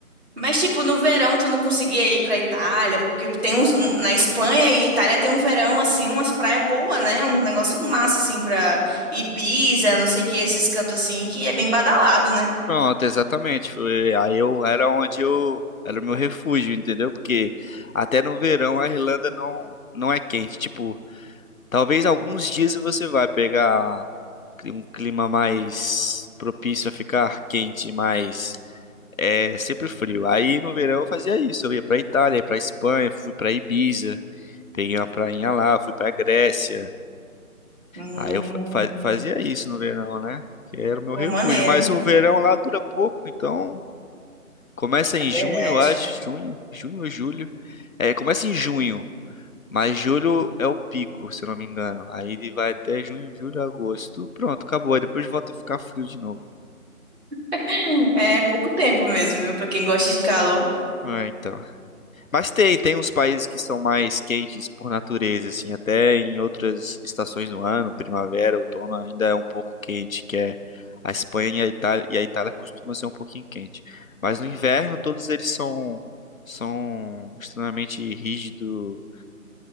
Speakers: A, on the right; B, on the left.
A: Mas, tipo, no verão tu não conseguia ir pra Itália, porque tem uns. um- Na Espanha e Itália tem um verão, assim, umas praias boas, né? Um negócio massa, assim, pra Ibiza, não sei o que, esses cantos assim, que é bem badalado, né?
B: Pronto, exatamente. Foi, aí eu era onde eu era o meu refúgio, entendeu? Porque até no verão a Irlanda não não é quente. Tipo, talvez alguns dias você vai pegar cli- um clima mais propício a ficar quente, mas é sempre frio. Aí no verão eu fazia isso. Eu ia pra Itália, ia pra Espanha, fui pra Ibiza, peguei uma prainha lá, fui pra Grécia.
A: Hum,
B: Aí eu fa- fa- fazia isso no verão, né? Que era o meu
A: pô,
B: refúgio.
A: maneiro.
B: Mas o verão lá dura pouco, então Começa
A: É
B: em
A: verdade.
B: junho, eu acho. Junho, junho ou julho? É, começa em junho, mas julho é o pico, se eu não me engano. Aí ele vai até junho, julho, agosto. Pronto, acabou. Aí depois volta a ficar frio de novo.
A: <laughs> É pouco tempo mesmo, viu? Pra quem gosta de calor.
B: É, então. Mas tem, tem uns países que são mais quentes por natureza, assim, até em outras estações do ano, primavera, outono, ainda é um pouco quente, que é a Espanha e a Itália, e a Itália costuma ser um pouquinho quente. Mas no inverno todos eles são são extremamente rígidos,